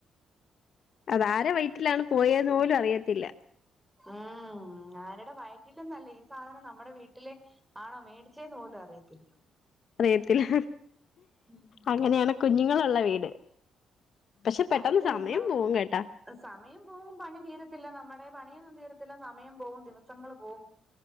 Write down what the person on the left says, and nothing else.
അത് ആരെ വയറ്റിലാണ് പോയെന്ന് പോലും അറിയത്തില്ല
അറിയത്തില്ല
അങ്ങനെയാണ് കുഞ്ഞുങ്ങളുള്ള വീട് പക്ഷെ പെട്ടന്ന്
സമയം
പോകും കേട്ടാ